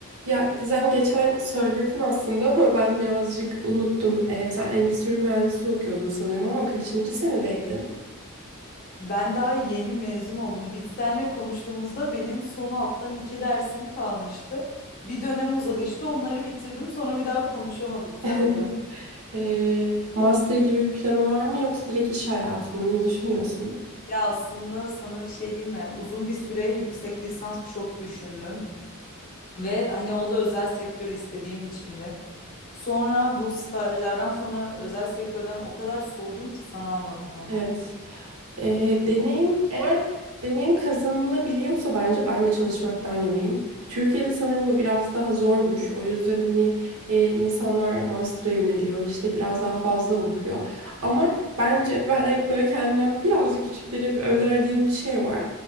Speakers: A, on the right (about 80°); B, on the left (about 40°).
A: Ya Gizem geçen söyledin aslında ama ben birazcık unuttum. Ee, sen endüstri mühendisliği okuyordun sanırım ama kaçıncı senedeydin?
B: Ben daha yeni mezun oldum. Biz seninle konuştuğumuzda benim son alttan iki dersim kalmıştı. Bir dönem uzadı işte onları bitirdim sonra bir daha konuşamadık
A: <laughs>
B: zaten.
A: Ee, master gibi bir planın var mı yoksa direkt iş hayatı mı? Ne düşünüyorsun?
B: Ya aslında sana bir şey diyeyim mi? Uzun bir süre yüksek lisans çok düşündüm. Ve hani o da özel sektör istediğim için de. Sonra bu stajlardan sonra özel sektörden o kadar soğudum ki sana anlatamam.
A: Evet. Ee, deneyim eğer deneyim kazanılabiliyorsa bence ben de çalışmaktan yanayım. Türkiye'de sanırım bu biraz daha zormuş. O yüzden hani e, insanlar master'a yöneliyor, işte biraz daha fazla okuyor. Ama bence ben hep böyle kendimden birazcık küçüklere hep önerdiğim bir şey var.